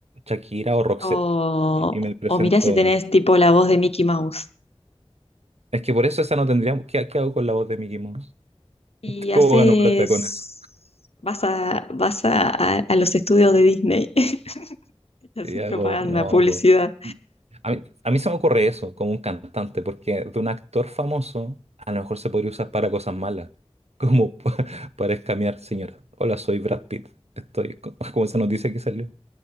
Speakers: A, on the right; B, on the left.
A: Shakira o Roxette.
B: O,
A: Y, y me presento.
B: o mirá si tenés tipo la voz de Mickey Mouse.
A: Es que por eso esa no tendríamos. ¿Qué, qué hago con la voz de Mickey Mouse?
B: Y
A: ¿Cómo
B: haces...
A: gano plata con eso?
B: Vas a, vas a, a- a los estudios de Disney. <laughs> Haces
A: Y hago,
B: propaganda,
A: no,
B: publicidad.
A: pues. Y A mí, a mí se me ocurre eso, como un cantante, porque de un actor famoso a lo mejor se podría usar para cosas malas, como pa- <laughs> para escamear, señora. Hola, soy Brad Pitt. Estoy, co- <laughs> como esa noticia que salió,